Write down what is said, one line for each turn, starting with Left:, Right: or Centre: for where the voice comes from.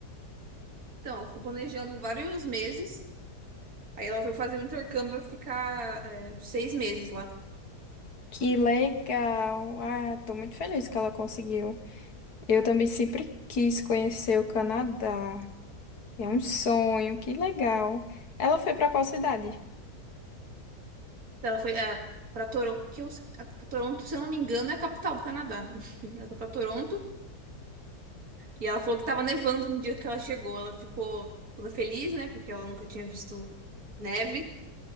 Right: Então, ela ficou planejando vários meses. Aí ela foi fazer um intercâmbio, vai ficar é, uns seis meses lá.
Left: Que legal! Ah, tô muito feliz que ela conseguiu. Eu também sempre quis conhecer o Canadá. É um sonho, que legal. Ela foi pra qual cidade?
Right: Então, Ela foi para Toronto, que eu- a- Toronto, se eu não me engano, é a capital do Canadá. <laughs> Enfim, Ela foi para Toronto e ela falou que estava nevando no dia que ela chegou. Ela ficou toda feliz, né? Porque ela nunca tinha visto neve.